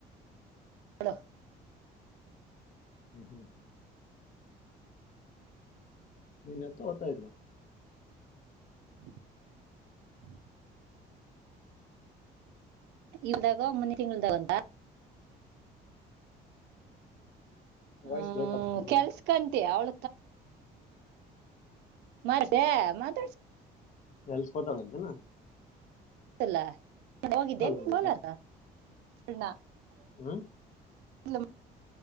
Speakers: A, on the right (about 85°); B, on the left (about 50°).
A: ಹಲ <inaudible>
B: ಹ್ಮ್ ಹ್ಮ್ <inaudible> ನಿನ್ನೆಂತ ಒದತಾಇದ್ಲು.
A: <unintelligible> ಇಲ್ದಾಗ ಮುಂದೆ ತಿಂಗಳದಾಗ ಒಂದ.
B: ವಾಯ್ಸ್
A: ಹ್ಮ್,
B: ಬ್ರೇಕ್ ಆಗ್ತದೆ ನೋಡಿ
A: ಕೆಲ್ಸಕಂತಿ ಅವ್ಳ ಮಾರ್ತ ಮಾತಾಡ್ಸ <unintelligible>
B: ಎಲ್ಸ್ಕೋತಾಳಂತಿಲ್, -
A: ಗಲ್ಲ ಹೋಗಿದ್ದೇ ನೀ
B: ನನ್ನ
A: ಬಲಾರಣ <unintelligible>
B: ಹ್ಮ <inaudible>
A: ಇಲ್ಲಮ್ಮ <inaudible>